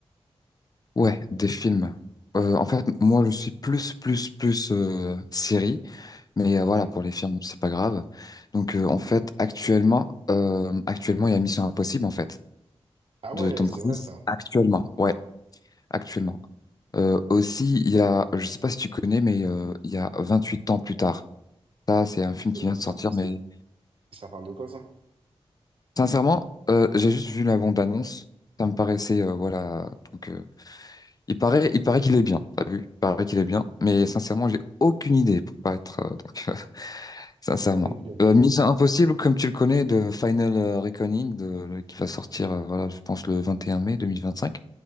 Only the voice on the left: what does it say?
Ouais, des films. Euh, en fait, moi, je suis plus, plus, plus euh, série, mais euh, voilà,
pour les films, c'est pas grave. Donc, euh, en fait, actuellement, euh, actuellement, il y a Mission Impossible, en fait,
de
Tom
Cruise.
Actuellement, ouais, actuellement. Euh, aussi, il y a, je sais pas si tu connais, mais euh, il y a 28 ans plus tard. Ça, c'est un film
qui vient de
sortir, mais
sincèrement, euh, j'ai juste vu la bande-annonce. Ça me paraissait, euh, voilà, donc euh, Il paraît, il paraît qu'il est bien, t'as vu? Il paraît qu'il est bien, mais sincèrement, j'ai aucune idée pour pas être, euh, donc, euh, <laughs> sincèrement.
Euh, Mission Impossible, comme tu le connais, de Final euh, Reckoning, de, le- qui va sortir, euh, voilà, je pense le 21 mai 2025